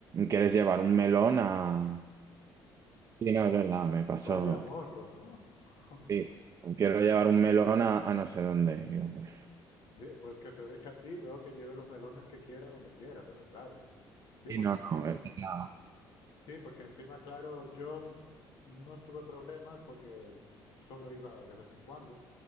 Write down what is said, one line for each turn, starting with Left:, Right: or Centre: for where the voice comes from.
Right: quieres llevar un melón a... Sí, no, es verdad, me pasó.
Left: Vaya morro, ¿no? <laughs>
Right: Sí, no quiero llevar un melón a, a no sé dónde. Y yo, pues,
Left: Sí, pues que te deje a ti, luego que lleve los melones que quiera, donde quiera, pero claro. Sí,
Right: y
Left: porque
Right: no,
Left: encima,
Right: no, es la,
Left: sí, porque encima, claro, yo eh, no tuve problemas porque solo iba de vez en cuando,